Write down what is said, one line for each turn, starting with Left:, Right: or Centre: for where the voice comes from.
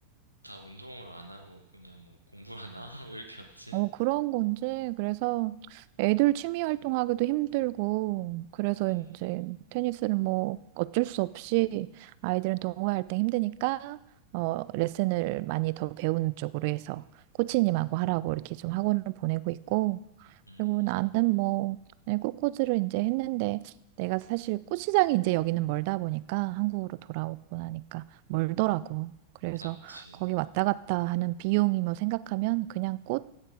Left: 다 운동을 안 하고 그냥 뭐 공부하나? <laughs> 왜 이렇게 없지?
Right: 어, 그런 건지, 그래서 애들 취미 활동하기도 힘들고, 그래서
Left: 음,
Right: 이제 테니스를 뭐 어쩔 수 없이 아이들은 동호회할 때 힘드니까, 어, 레슨을 많이 더 배우는 쪽으로 해서 코치님하고 하라고 이렇게 좀 학원을 보내고 있고,
Left: 음.
Right: 그리고 나는 뭐, 그냥 꽃꽂이를 이제 했는데, 내가 사실 꽃시장이 이제 여기는 멀다 보니까, 한국으로 돌아오고 나니까 멀더라고. 그래서
Left: 아, 그치.
Right: 거기 왔다 갔다 하는 비용이 뭐 생각하면 그냥 꽃